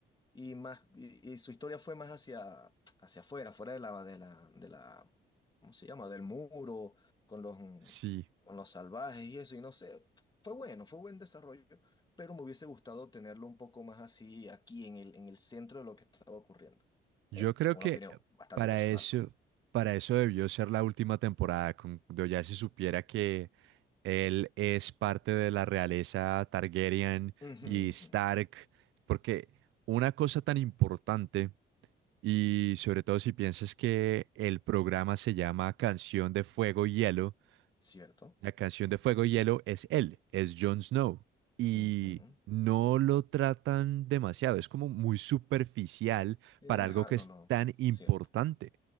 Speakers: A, on the left; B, on the right.
A: y más y, y su historia fue más hacia hacia afuera, fuera de la de la de la ¿cómo se llama? del muro con los mm,
B: sí.
A: con los salvajes y eso y no sé, fue bueno, fue buen desarrollo, pero me hubiese gustado tenerlo un poco más así aquí en el en el centro de lo que estaba ocurriendo.
B: Yo
A: Eh,
B: creo
A: una
B: que
A: opinión bastante
B: para
A: personal,
B: eso,
A: pues.
B: para eso debió ser la última temporada, cuando ya se supiera que él es parte de la realeza Targaryen
A: Ujú,
B: y Stark,
A: ujú,
B: porque una cosa tan importante, y sobre todo si piensas que el programa se llama Canción de Fuego y Hielo,
A: Cierto.
B: la canción de Fuego y Hielo es él, es Jon Snow. Y
A: Ujú.
B: no lo tratan demasiado, es como muy superficial
A: Eh,
B: para
A: ajá,
B: algo que
A: no
B: es
A: lo
B: tan importante.
A: cierto.